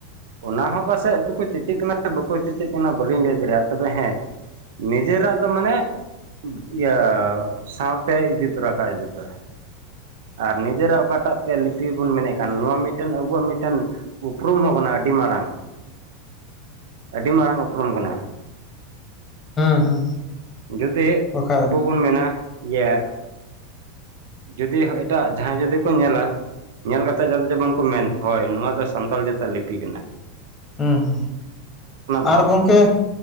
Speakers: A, on the right; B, on the left.
A: ᱚᱱᱟ ᱦᱚᱸ ᱯᱟᱥᱮᱡ ᱫᱚᱠᱚ ᱪᱮᱪᱮᱫ ᱠᱟᱱᱟ ᱥᱮ ᱵᱟᱠᱚ ᱪᱮᱪᱮᱫ ᱠᱟᱱᱟ ᱵᱟᱹᱞᱤᱧ ᱞᱟᱹᱭ ᱫᱟᱲᱮᱭᱟᱜ-ᱟ ᱛᱚᱵᱮ ᱦᱮᱸ, ᱱᱤᱡᱮᱨᱟᱜ ᱫᱚ ᱢᱟᱱᱮ ᱤᱭᱟᱹ ᱥᱟᱶ ᱛᱮ ᱤᱫᱤ ᱛᱩᱨᱟᱠᱟᱜ-ᱟᱭ ᱡᱩᱛᱟ ᱾ ᱟᱨ ᱱᱤᱡᱮᱨᱟᱜ ᱚᱠᱟᱴᱟᱜ ᱛᱮ ᱞᱤᱯᱤ ᱵᱚᱱ ᱢᱮᱱᱮᱫ ᱠᱟᱱ ᱱᱚᱣᱟ ᱢᱤᱫᱴᱮᱱ ᱟᱵᱚᱣᱟᱜ ᱢᱤᱫᱴᱮᱱ ᱩᱯᱨᱩᱢ ᱦᱚᱸ ᱠᱟᱱᱟ ᱟᱹᱰᱤ ᱢᱟᱨᱟᱝ ᱟᱹᱰᱤ ᱢᱟᱨᱟᱝ ᱩᱯᱨᱩᱢ ᱠᱟᱱᱟ᱾
B: ᱦᱮᱸ ᱦᱮᱸ᱾
A: ᱡᱩᱫᱤ
B: ᱵᱟᱠᱷᱟᱡ
A: ᱟᱵᱚ ᱵᱚᱱ ᱢᱮᱱᱟ ᱤᱭᱟᱹ ᱡᱩᱫᱤ ᱦᱚᱸ ᱮᱴᱟᱜ ᱡᱟᱦᱟᱸᱭ ᱡᱩᱫᱤ ᱠᱚ ᱧᱮᱞᱟ ᱧᱮᱞ ᱠᱟᱛᱮᱜ ᱡᱟᱛᱮ ᱡᱮᱢᱚᱱ ᱠᱩ ᱢᱮᱱ ᱦᱚᱭ ᱱᱚᱣᱟ ᱫᱚ ᱥᱟᱱᱛᱟᱞ ᱡᱟᱹᱛᱟᱜ ᱞᱤᱯᱤ ᱠᱟᱱᱟ ᱾
B: ᱦᱩᱸ ᱦᱩᱸ
A: ᱵᱷᱟᱵᱽ
B: ᱟᱨ ᱜᱚᱝᱠᱮ